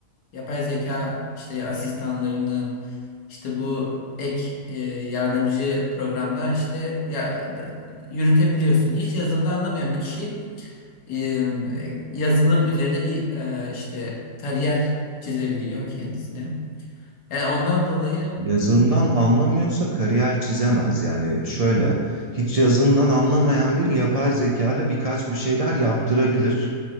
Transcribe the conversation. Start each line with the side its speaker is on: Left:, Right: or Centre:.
Left: yapay zeka işte asistanlarının işte bu ek e, yardımcı programlar işte ya, yürütebiliyorsun. Hiç yazılımda anlamayan bir kişi e, yazılım üzerine bir e, işte kariyer çizebiliyor kendisine. Yani ondan dolayı
Right: Yazından
Left: bilmiyorum.
Right: anlamıyorsa kariyer çizemez. Yani şöyle, hiç yazından anlamayan biri yapay zeka ile birkaç bir şeyler yaptırabilir.